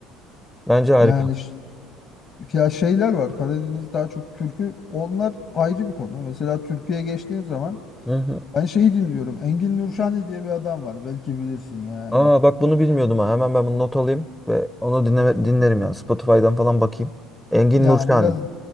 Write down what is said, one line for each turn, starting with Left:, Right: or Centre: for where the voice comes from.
Centre: Bence harika.
Left: yani ş- Ya şeyler var. Karadeniz daha çok türkü. Onlar ayrı bir konu. Mesela Türkiye'ye geçtiğin zaman
Centre: Hı hı.
Left: ben şeyi dinliyorum. Engin Nurşani diye bir adam var. Belki bilirsin yani.
Centre: Aa bak bunu bilmiyordum ha. Hemen ben bunu not alayım ve onu dinleme, dinlerim yani. Spotify'dan falan bakayım. Engin
Left: Ya
Centre: Nurşani.
Left: biraz